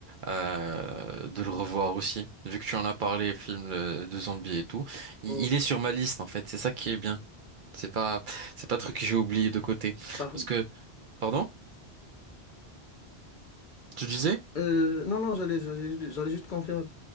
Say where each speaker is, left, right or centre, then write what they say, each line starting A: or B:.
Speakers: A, on the right; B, on the left.
A: euh, de le revoir aussi. Vu que tu en as parlé, film euh, de zombies et tout, il,
B: ouais.
A: il est sur ma liste en fait. C'est ça qui est bien. C'est pas, c'est pas un truc que j'ai oublié de côté.
B: Par-
A: Parce que, pardon? Tu disais?
B: euh, non, non, j'allais, j'allais, j'allais juste confirmer.